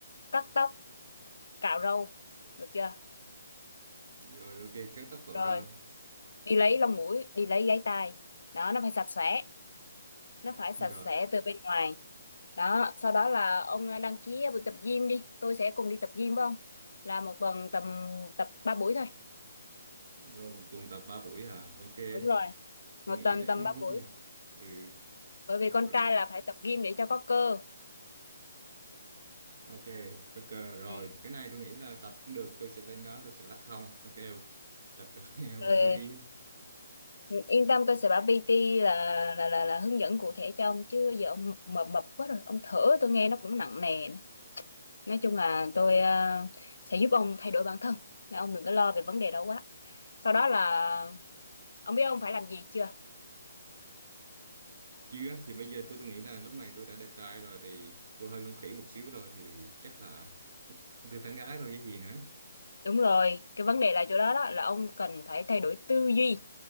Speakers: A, on the left (about 90°); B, on the right (about 50°).
A: cắt tóc cạo râu được chưa
B: rồi ok cắt tóc cội
A: rồi
B: rau
A: đi lấy lông mũi đi lấy gáy tai đó nó phải sạch sẽ nó phải sạch
B: rồi
A: sẽ từ bên ngoài đó sau đó là ông à, đăng ký buổi tập gym đi tôi sẽ cùng đi tập gym với ông là một tuần tầm tập 3 buổi thôi
B: rồi một tuần tập ba buổi à ok
A: đúng rồi
B: tôi
A: một
B: nghĩ
A: tuần
B: chắc
A: tầm
B: không
A: 3
B: có
A: buổi
B: gì ừ
A: bởi
B: rồi.
A: vì con trai là phải tập gym để cho có cơ
B: ok ok rồi
A: ừ.
B: cái này tôi nghĩ là tập cũng được tôi sẽ lên đó tôi sẽ lắc không nó kêu tập cho nó nghe mình
A: rồi
B: nói hi.
A: yên tâm tôi sẽ bảo PT là là là, là hướng dẫn cụ thể cho ông chứ giờ ông mập mập mập quá rồi ông thở tôi nghe nó cũng nặng nề nữa. nói chung là tôi ờ, sẽ giúp ông thay đổi bản thân Nên ông đừng có lo về vấn đề đó quá sau đó là ông biết ông phải làm gì chưa
B: chưa thì bây giờ tôi tôi nghĩ là lúc này tôi đã đẹp trai rồi thì tôi hơn con khỉ một xíu rồi thì chắc là tôi tán gái thôi chứ gì nữa
A: Đúng rồi, cái vấn đề là chỗ đó đó là ông cần phải thay đổi tư duy.